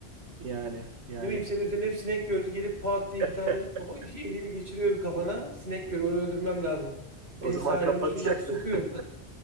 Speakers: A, on the right (about 85°); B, on the right (about 70°).
A: Yani yani
B: Ne bileyim senin üzerinde hep sinek gördü gelip pat diye
A: <laughs>
B: bir tane kafa, şey, eliyle geçiriyor kafana. Sinek görüyor onu öldürmem lazım.
A: o
B: Benim
A: zaman
B: sahibim
A: kapatacaksın.
B: şu an sokuyor.
A: <laughs>